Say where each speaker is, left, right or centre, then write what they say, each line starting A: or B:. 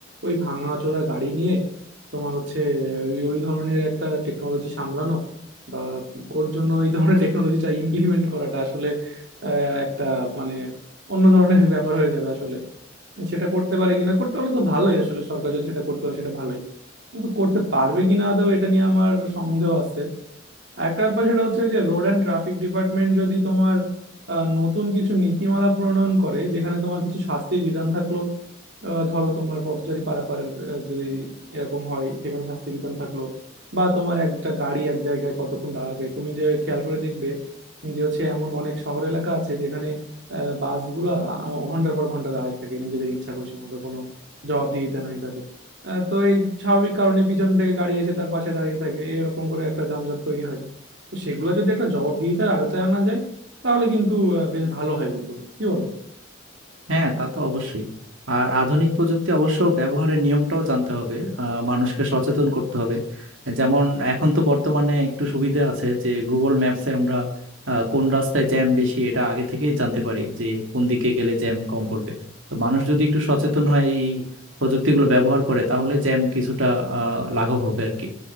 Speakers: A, on the right; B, on the right.
A: ওই ভাঙাচোরা গাড়ি নিয়ে তোমার হচ্ছে ওই ওই ধরনের একটা টেকনোলজি সামলানো বা ওর জন্য এই ধরনের টেকনোলজিটা ইমপ্লিমেন্ট করাটা আসলে আহ, একটা মানে অন্য ধরনের ব্যাপার হয়ে যাবে আসলে সেটা করতে পারে কিনা করতে পারলে তো ভালোই আসলে সরকার যদি সেটা করতে পারে সেটা ভালোই কিন্তু করতে পারবে কিনা আদৌ এটা নিয়ে আমার সন্দেহ আছে আরেকটা ব্যাপার সেটা হচ্ছে যে রোড অ্যান্ড ট্রাফিক ডিপার্টমেন্ট যদি তোমার আহ, নতুন কিছু নীতিমালা প্রণয়ন করে যেখানে তোমার কিছু শাস্তির বিধান থাকলো আহ, ধরো তোমার পথচারী পারাপারের আহ, যদি এরকম হয় সেখানে শাস্তি বিধান থাকলো বা তোমার একটা গাড়ি এক জায়গায় কতক্ষণ দাঁড়াবে তুমি যে খেয়াল করে দেখবে যে হচ্ছে এমন অনেক শহর এলাকা আছে যেখানে আহ, বাসগুলা আ- ঘন্টার পর ঘন্টা দাঁড়ায় থাকে নিজেদের ইচ্ছা খুশি মতো কোনো জবাবদিহিতা নাই তাদের আহ, তো এই স্বাভাবিক কারণে পিছন থেকে গাড়ি এসে তার পাশে দাঁড়িয়ে থাকে এরকম করে একটা যানজট তৈরি হয় তো সেগুলো যদি একটা জবাবদিহিতার আয়তায় আনা যায় তাহলে কিন্তু আহ, বেশ ভালো হয় বন্ধু কি বলো
B: হ্যাঁ তা তো অবশ্যই আর আধুনিক প্রযুক্তি অবশ্য ব্যবহারের নিয়মটাও জানতে হবে আহ, মানুষকে সচেতন করতে হবে যেমন এখন তো বর্তমানে একটু সুবিধা আছে যে গুগল ম্যাপসে আমরা আহ, কোন রাস্তায় জ্যাম বেশি এটা আগে থেকেই জানতে পারি যে কোন দিকে গেলে জ্যাম কম পড়বে তো মানুষ যদি একটু সচেতন হয় এই প্রযুক্তিগুলো ব্যবহার করে তাহলে জ্যাম কিছুটা আহ, লাঘব হবে আর কি